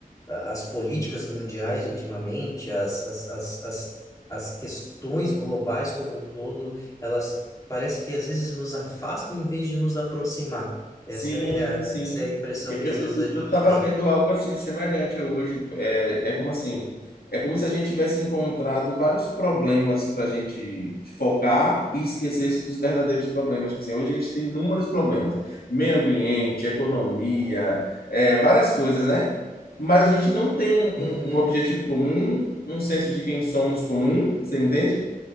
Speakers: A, on the left; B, on the left.
A: a- as políticas mundiais ultimamente, as, as, as, as, as questões globais como um todo, elas parece que às vezes nos afastam em vez de nos aproximar. Essa
B: Sim,
A: é a,
B: sim.
A: essa é a impressão
B: Eu,
A: que às
B: eu,
A: vezes
B: eu
A: a gente
B: eu tava
A: tem.
B: vendo algo assim semelhante hoje. É, é como assim? É como se a gente tivesse encontrado vários problemas para a gente focar e esquecesse dos verdadeiros problemas. Tipo assim, hoje a gente tem inúmeros problemas: meio ambiente, economia, é, várias coisas, né? Mas a gente não tem um,
A: Uhum,
B: um um objetivo comum, um senso de quem somos comum, você me entende?